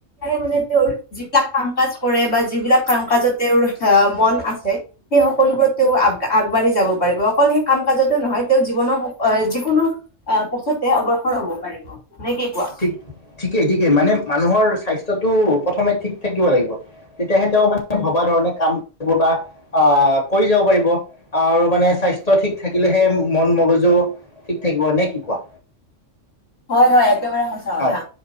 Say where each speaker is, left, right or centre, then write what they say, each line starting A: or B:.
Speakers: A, on the left (about 55°); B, on the left (about 30°).
A: মানে যি কাম কাজ। কৰে বা যিবিলাক কাম কাজত তেওঁৰ মন আছে। সেই সকলোবোৰত তেওঁ আগবাঢ়ি যাব পাৰিব অকল সেই কাম কাজতে নহয় তেওঁ জীৱনৰ যিকোনো। অ পাছতে অগ্ৰসৰ হব পাৰিব। নে কি কোৱা?
B: ঠিক ঠিকেই ঠিকেই মানে। মানুহৰ স্বাস্থ্যতো প্ৰথমে ঠিক থাকিব লাগিব, তেতিয়াহে তেওঁ মানে ভবা ধৰণে কাম কৰিব বা। আহ কৰি যাব পাৰিব, আৰু মানে স্বাস্থ্য ঠিক থাকিলেহে মন মগজু আ ঠিক থাকিব নে কি কোৱা।
A: হয় হয় একেবাৰে সঁচা কথা
B: হয়